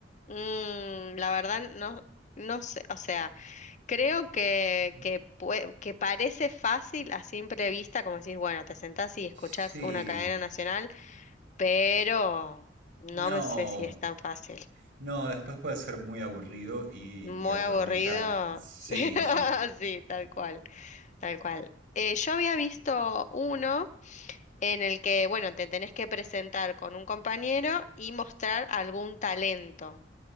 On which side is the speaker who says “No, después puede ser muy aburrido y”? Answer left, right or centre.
Right